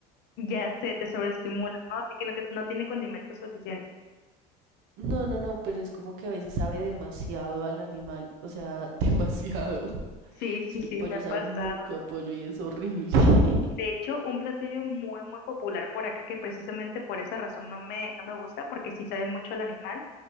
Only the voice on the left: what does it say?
Ya sé, te sobreestimula, ¿no? Así que no, que no tiene condimento suficiente.
Sí, sí,
sí,
me ha pasado.
De hecho, un platillo muy, muy popular por acá, que precisamente por esa razón no me, no me gusta, porque sí sabe mucho al animal,